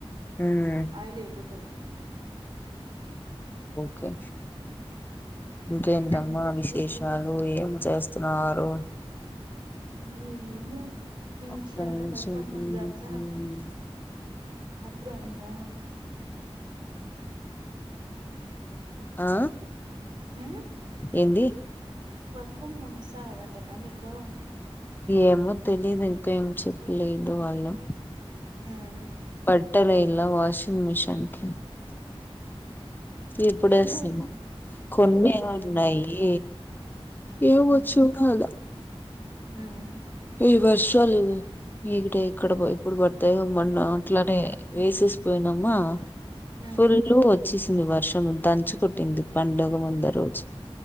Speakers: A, on the left (about 20°); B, on the right (about 50°).
A: ఉమ్
B: ఆయిల్ అయిపోతది
A: ఒకే ఇంకేంటమ్మా
B: మేము
A: విశేషాలు
B: ఏమి
A: ఏం చేస్తున్నారు
B: ఉ ఉ ఏమిలే నినా
A: ఒక్క
B: ఇచ్చినారు
A: నిమిషం
B: కథ వర్క్ ఫ్రమ్
A: హ్మ్.
B: హోమ్ జాబ్స్
A: హ్మ్.
B: అప్రూవ్ అయిందా
A: ఆ
B: ఉమ్
A: ఏంది
B: వర్క్ ఫ్రమ్ హోమ్ విస్సార అంటనా మీకు
A: ఏమో తెలీదు ఇంకా ఏం చెప్పలేదు వాళ్ళు
B: ఉహ్మ్
A: పట్టల ఇలా వాషింగ్ మిషన్ కి ఇప్పుడేస్తున్నా
B: కొన్నే
A: కొన్నే
B: కదా ఉండేది
A: ఉన్నాయి ఏం
B: ఉమ్
A: వచ్చు కాళ
B: ఉమ్
A: ఇవర్షలు ఇం ఇంకా ఎప్పుడు పడతాయో మొన్న అట్లనే వేసేసి పోయినమ్మా
B: ఉమ్
A: ఫుల్లు వచ్చేసింది వర్షము దంచుకోట్టింది పండుగ ముంద రోజు